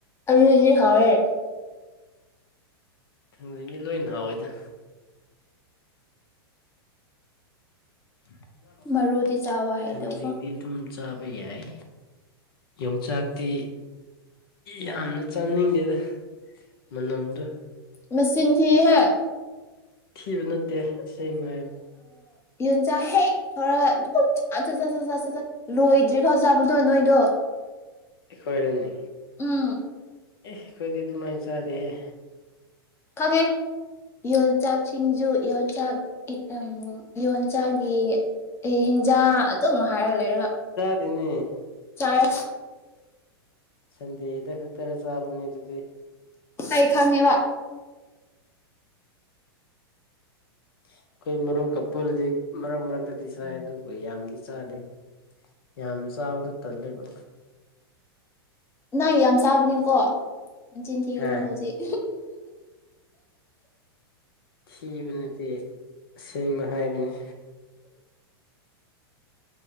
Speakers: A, on the left (about 20°); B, on the left (about 65°).
A: ꯑꯗꯨꯗꯨꯗꯤ ꯍꯥꯎꯋꯦ
B: ꯊꯥꯡꯖꯤꯡꯗꯤ ꯂꯣꯏꯅ ꯍꯥꯎꯋꯦꯗ <inaudible>
A: ꯃꯔꯨꯗꯤ ꯆꯥꯕ ꯍꯩꯇꯕꯀꯣ
B: ꯊꯥꯡꯖꯤꯡꯗꯤ ꯑꯗꯨꯝ ꯆꯥꯕ ꯕ ꯌꯥꯏ ꯌꯣꯡꯆꯥꯛꯇꯤ ꯌꯥꯝꯅ ꯆꯥꯅꯤꯡꯗꯦꯗ ꯃꯅꯝꯗꫭ
A: ꯃꯆꯤꯟꯊꯤ ꯍꯦ
B: ꯊꯤꯕ ꯅꯠꯇꯦ ꯑꯁꯦꯡꯕ ꯍꯥꯏꯕ
A: ꯌꯣꯟꯆꯥꯛ ꯍꯦꯛ ꯊꫭꯔꯒ ꯑꯗꯨꯝ ꯆꯥ ꯆ ꯆ ꯆ ꯆ ꯆꯆꯥ ꯂꯣꯏꯗ꯭ꯔꯤ ꯐꯥꯎ ꯆꯥꯕꯗꯣ ꯅꯣꯏꯗꯣ
B: ꯑꯩꯈꯣꯏꯔꯅꯦ
A: ꯎꯝ
B: ꯑꯦ ꯑꯩꯈꯣꯏꯗꯤ ꯑꯗꯨꯃꯥꯏꯅ ꯆꯥꯗꯦꯍꯦ
A: ꯈꯪꯉꯦ ꯌꯣꯟꯆꯥꯛ ꯁꯤꯡꯖꯨ ꯌꯣꯟꯆꯥꯛ ꯀꯤ <unintelligible> ꯌꯣꯟꯆꯥꯛꯒꯤ ꯑꯦ ꯍꯤꯟꯖꯥꯡ ꯑꯗꯨꯝ ꯍꯥꯏꯔꯒ ꯂꯩꯔꯒ
B: ꯗꯦꯅꯦ
A: ꯆꯥꯏ
B: ꯁꯟꯗꯦꯗ ꯈꯛꯇꯔ ꯆꯥꯕꯅꯦ ꯑꯗꯨ
A: ꯑꯩ ꯈꯪꯉꯦꯕ
B: ꯑꯩꯈꯣꯏ ꯃꯔꯣꯛ ꯀ ꯄꯨꯜꯗꯤ ꯃꯔꯛ ꯃꯔꯛꯇꯗꯤ ꯆꯥꯏ ꯑꯗꯨꯕꯨ ꯌꯥꯝꯗꯤ ꯆꯥꯗꯦ ꯌꯥꯝ ꯆꯥꯕꯗꫭ ꯇꯜꯂꯦꯕ
A: ꯅꯪ ꯌꯥꯝ ꯆꯥꯕꯅꯤꯀꯣ ꯑꯗꯨ ꯅꯆꯤꯟ ꯊꯤꯒꯅꯨ
B: ꯑ
A: ꯍꯧꯖꯤꯛ
B: ꯊꯤꯕ ꯅꯠꯇꯦ ꯑꯁꯦꯡꯕ ꯍꯥꯏꯕꯅꯤ